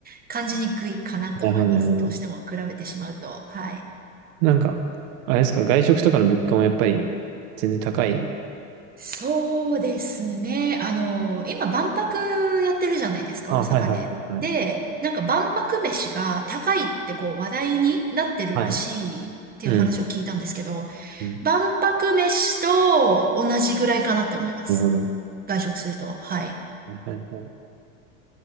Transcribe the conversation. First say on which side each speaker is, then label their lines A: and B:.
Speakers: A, on the right; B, on the right.
A: 感じにくいかなと思います。
B: なるほど、なるほど。
A: どうしても比べてしまうと。はい。
B: なんか、あれですか、外食とかの物価もやっぱり全然高い。
A: そうですね。あの、今、万博やってるじゃないですか、
B: あ、
A: 大阪で。
B: はいはいはいはい。
A: で、なんか万博飯が高いってこう話題になってるらしいっていう話を聞いたんですけど、
B: はい。うん。うん
A: 万博飯と同じぐらいかなって思います。
B: なるほど。
A: 外食すると。はい。
B: はいはいはい。